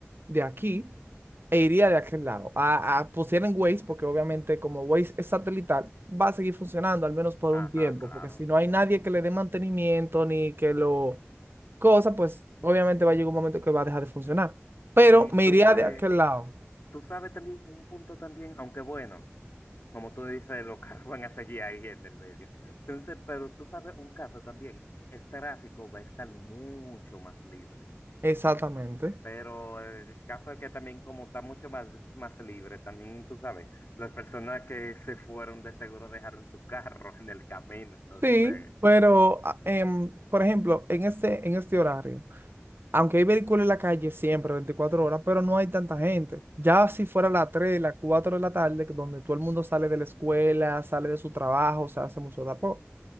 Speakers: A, on the right; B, on the left.
A: de aquí e iría de aquel lado. A, a pusieran Waze, porque obviamente como Waze es satelital, va a seguir funcionando al menos por
B: Ajá,
A: un tiempo,
B: claro.
A: porque si no hay nadie que le dé mantenimiento ni que lo cosa, pues obviamente va a llegar un momento que va a dejar de funcionar. Pero
B: Y entonces,
A: me iría de aquel lado.
B: tú sabes también un punto también, aunque bueno, como tú dices, los <laughs> carros van a seguir ahí en el medio. Entonces, pero tú sabes un caso también, el tráfico va a estar mucho más libre.
A: Exactamente.
B: Pero el caso es que también como está mucho más, más libre, también tú sabes, las personas que se fueron de seguro dejaron su carro <laughs> en el camino. Entonces,
A: Sí, pero ah, em, por ejemplo, en este, en este horario. aunque hay vehículos en la calle siempre, 24 horas, pero no hay tanta gente. Ya si fuera las 3, las 4 de la tarde, que donde todo el mundo sale de la escuela, sale de su trabajo, se hace mucho tapón.